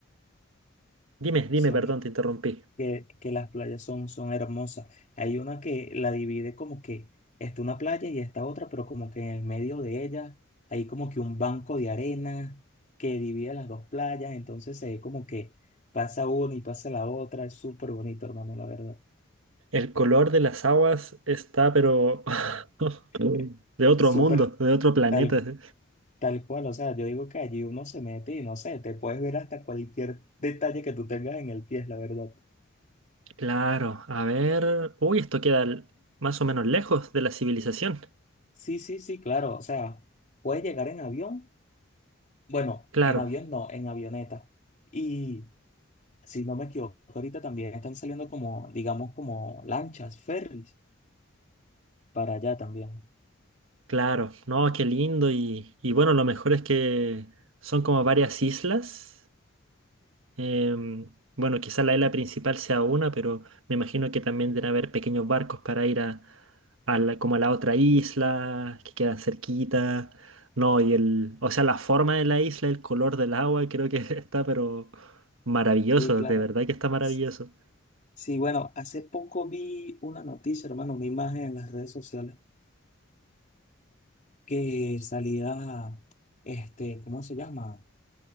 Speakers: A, on the right (about 80°); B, on the left (about 40°).
A: Dime, dime,
B: son,
A: perdón, te interrumpí.
B: que, que las playas son, son hermosas. Hay una que la divide como que está una playa y está otra, pero como que en el medio de ella hay como que un banco de arena que divide las dos playas, entonces se ve como que pasa una y pasa la otra. Es súper bonito, hermano, la verdad.
A: El color de las aguas está, pero... <laughs>
B: Eh,
A: de otro
B: Súper,
A: mundo, de otro planeta.
B: tal
A: sí.
B: Tal cual, o sea, yo digo que allí uno se mete y no sé, te puedes ver hasta cualquier detalle que tú tengas en el pie, la verdad.
A: Claro, a ver. Uy, esto queda l- más o menos lejos de la civilización.
B: Sí, sí, sí, claro, o sea, puedes llegar en avión, bueno,
A: Claro,
B: en avión no, en avioneta. Y si no me equivoco, ahorita también están saliendo como, digamos, como lanchas, ferries para allá también.
A: claro. No, qué lindo. Y, y bueno, lo mejor es que son como varias islas. Em, bueno, quizá la isla principal sea una, pero me imagino que también deben haber pequeños barcos para ir a, a la- como a la otra isla, que quedan cerquita. No, y el, o sea, la forma de la isla, el color del agua, creo que <laughs> está, pero maravilloso,
B: Sí, claro.
A: de verdad que está maravilloso.
B: S- Sí, bueno, hace poco vi una noticia, hermano, una imagen en las redes sociales que salía, este, ¿cómo se llama?